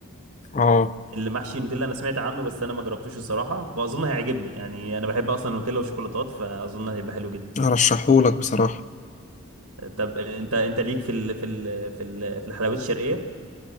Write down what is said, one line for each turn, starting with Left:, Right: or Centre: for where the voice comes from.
Left: اه
Right: اللي محشي النوتيلا انا سمعت عنه بس انا ما جربتوش الصراحه واظن هيعجبني يعني انا بحب اصلا النوتيلا والشوكولاتات فاظن هيبقى حلو جدا
Left: ارشحهولك بصراحة
Right: طب انت انت ليك في ال في ال في ال في الحلويات الشرقيه